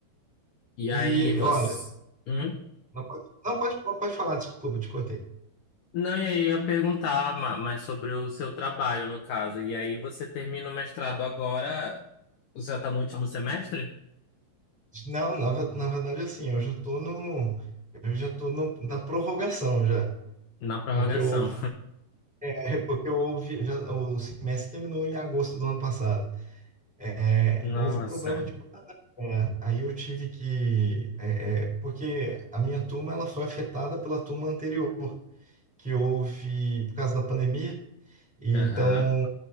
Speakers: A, on the left (about 70°); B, in the centre.
A: E
B: E
A: aí você.
B: olha,
A: Hum?
B: não pode, não pode, pode falar, desculpa, te cortei.
A: Não, e aí eu ia perguntar ma- mais sobre o seu trabalho, no caso. E aí você termina o mestrado agora? Você já tá no último semestre?
B: Não, na, ve- na verdade, assim, eu já tô no, eu já tô no- na prorrogação já,
A: Na prorrogação.
B: porque eu houve, <laughs> porque eu houve, já, o semestre terminou em agosto do ano passado. É,
A: <laughs> Nossa.
B: houve problema de, é, aí eu tive que, é, é, porque a minha turma ela foi afetada pela turma anterior que houve por causa da pandemia, e
A: Aham.
B: então